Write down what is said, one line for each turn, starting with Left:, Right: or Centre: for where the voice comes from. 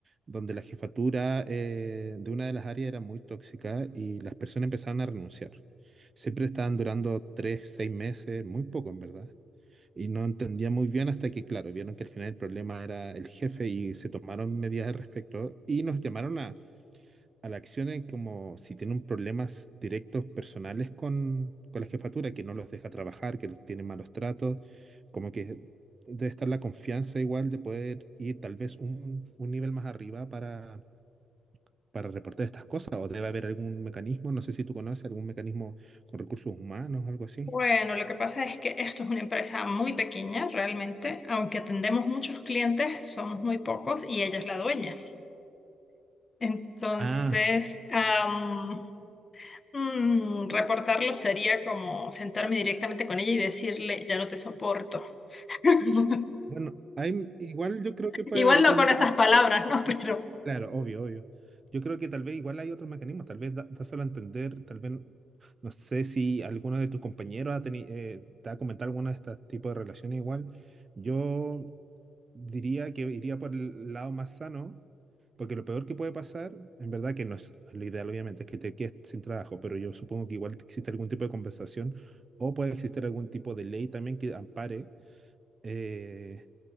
Right: donde la jefatura eh, de una de las áreas era muy tóxica y las personas empezaron a renunciar. Siempre estaban durando tres, seis meses, muy poco en verdad. Y no entendía muy bien hasta que, claro, vieron que al final el problema era el jefe y se tomaron medidas al respecto y nos llamaron a, a la acción en como si tienen problemas directos personales con, con la jefatura, que no los deja trabajar, que los tiene malos tratos, como que debe estar la confianza igual de poder ir tal vez un, un nivel más arriba para, para reportar estas cosas o debe haber algún mecanismo, no sé si tú conoces algún mecanismo con recursos humanos, algo así.
Left: Bueno, lo que pasa es que esto es una empresa muy pequeña realmente, aunque atendemos muchos clientes, somos muy pocos y ella es la dueña. Entonces,
Right: Ah.
Left: am, mm, reportarlo sería como sentarme directamente con ella y decirle, ya no te soporto. <laughs>
Right: Bueno, hay, igual yo creo que puede
Left: Igual
Right: haber otros
Left: no con
Right: mecanismos.
Left: esas palabras, ¿no? Pero...
Right: Claro, obvio, obvio. Yo creo que tal vez igual hay otros mecanismos, tal vez da- dáselo a entender, tal vez, no sé si alguno de tus compañeros ha teni- eh, te ha comentado alguna de estos tipos de relaciones igual. Yo diría que iría por el lado más sano, porque lo peor que puede pasar, en verdad que no es, no es lo ideal, obviamente, es que te quedes sin trabajo, pero yo supongo que igual existe algún tipo de compensación o puede existir algún tipo de ley también que ampare. eh,